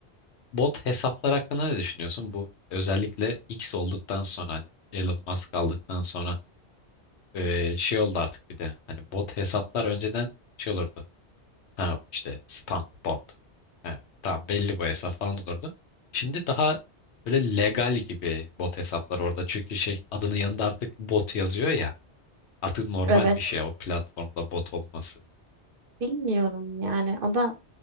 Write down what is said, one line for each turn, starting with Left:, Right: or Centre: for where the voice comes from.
Left: Bot hesaplar hakkında ne düşünüyorsun? Bu özellikle X olduktan sonra hani Elon Musk aldıktan sonra e, şey oldu artık bir de hani bot hesaplar önceden şey olurdu. Ha işte spam bot. Ha, tamam belli bu hesap falan olurdu. Şimdi daha böyle legal gibi bot hesaplar orada. Çünkü şey adının yanında artık bot yazıyor ya. Artık normal
Right: evet
Left: bir şey o platformda bot olması.
Right: bilmiyorum yani o da